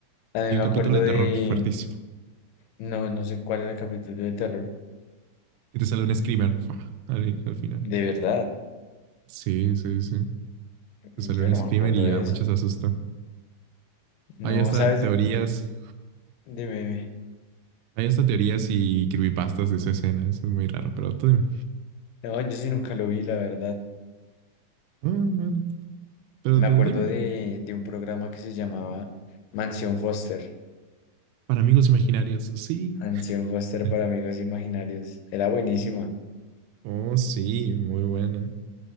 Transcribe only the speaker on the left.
También
me
acuerdo
de.
No, no sé cuál era el capítulo de terror.
De verdad,
yo
no
me acuerdo
de
eso.
No,
sabes,
dime, dime.
No, yo sí nunca lo vi, la verdad.
Me
acuerdo
de, de un programa que se llamaba Mansión Foster.
Mansión Foster
para amigos imaginarios. Era buenísima.